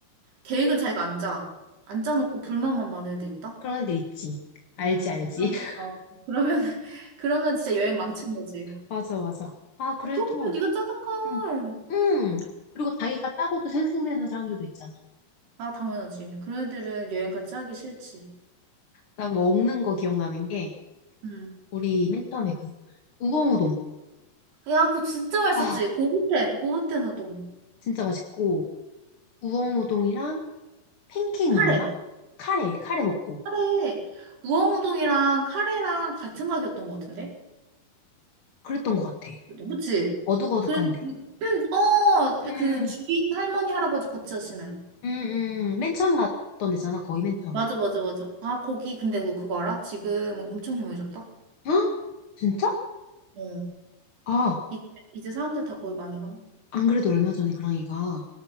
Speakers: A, on the right; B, on the left.
A: 계획은 자기가 안 짜. 안 짜놓고 불만만 많은 애도 있다.
B: 그런 애들 있지. 알지,
A: 음,
B: 알지.
A: 그럼,
B: <laughs>
A: 어. 그러면, <laughs> 그러면 진짜 여행 망친 거지.
B: 맞아, 맞아. 아, 그래도,
A: 그렇게면 네가 짜든 걸.
B: 응, 응. 그리고 자기가 짜고도 생색내는 사람들도 있잖아.
A: 아, 당연하지. 그런 애들은 여행 같이 하기 싫지.
B: 나 먹는 거 기억나는 게,
A: 음.
B: 우리 맨 처음에 그, 우엉우동.
A: 야, 그거 진짜 맛있었지.
B: 아,
A: 고부텐, 고부텐 우동.
B: 진짜 맛있고, 우엉우동이랑 팬케이크
A: 카레.
B: 먹었나? 카레, 카레 먹고.
A: 카레. 우엉우동이랑 카레랑 같은 가격이었던 것 같은데?
B: 그랬던 것 같아.
A: 그치?
B: 어둑어둑한데.
A: 그래서 그, <clears throat> 어,
B: 응.
A: 그 주인 할머니 할아버지 같이 하시는.
B: 음, 음, 맨 처음 갔던 데잖아 거의 맨 처음.
A: 맞아, 맞아, 맞아. 아, 거기 근데 너 그거 알아? 지금 엄청 유명해졌다.
B: 헉? 진짜?
A: 어.
B: 아,
A: 이제, 이제 사람들 다 거기 많이 가.
B: 안 그래도 얼마 전에 그랑이가,